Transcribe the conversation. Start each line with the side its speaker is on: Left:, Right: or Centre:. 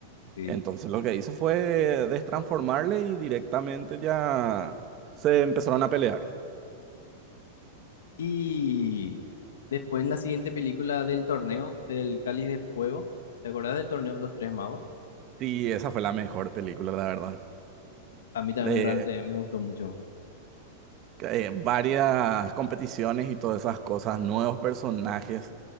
Left: sí.
Right: Entonces lo que hizo fue destransformarle y directamente ya se empezaron a pelear.
Left: Y después en la siguiente película del torneo, del Cáliz de Fuego, ¿te acordás del torneo de los Tres Magos?
Right: Y esa fue la mejor película, la verdad.
Left: A mí también
Right: Le-
Left: realmente me gustó mucho.
Right: eh, varias competiciones y todas esas cosas, nuevos personajes,